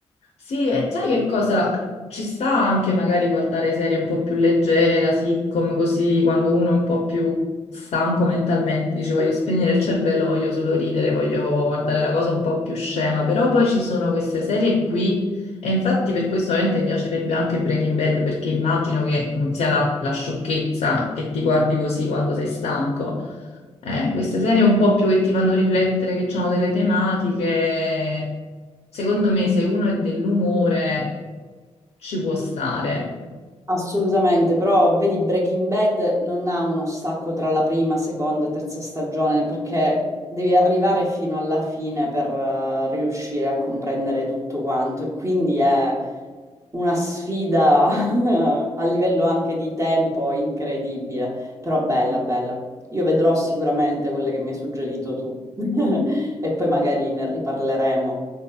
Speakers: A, on the left (about 70°); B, on the right (about 25°).
A: Sì, e sai che cosa? Ci sta anche magari guardare serie un po' più leggere, la sitcom, così quando uno è un po' più stanco mentalmente, dice voglio spegnere il cervello, voglio solo ridere, voglio guardare la cosa un po' più scema, però poi ci sono queste serie qui e infatti per questo ovviamente mi piacerebbe anche Breaking Bad perché immagino che non sia la, la sciocchezza che ti guardi così quando sei stanco. Eh, queste serie un po' più che ti fanno riflettere, che hanno delle tematiche. Secondo me, se uno è dell'umore, ci può stare.
B: Assolutamente, però vedi Breaking Bad non ha uno stacco tra la prima, seconda, terza stagione perché devi arrivare fino alla fine per eh, riuscire a comprendere tutto quanto e quindi è una sfida <laughs> a livello anche di tempo incredibile, però bella, bella. Io vedrò sicuramente quelle che mi hai suggerito tu <laughs> e poi magari ne riparleremo.